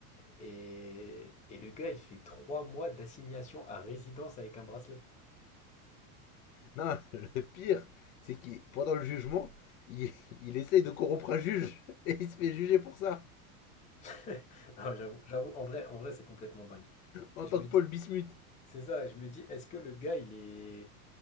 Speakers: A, on the left; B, on the left.
A: Et, et le gars, il fait trois mois d'assignation à résidence avec un bracelet.
B: Non, le pire, c'est qu'il, pendant le jugement, il, <laughs> il essaye de corrompre un juge <laughs> et il se fait juger pour ça,
A: <laughs> Non, j'avoue, j'avoue, en vrai, en vrai, c'est complètement dingue.
B: en
A: Et
B: tant
A: je me
B: que Paul
A: dis,
B: Bismuth.
A: c'est ça, je me dis, est-ce que le gars, il est.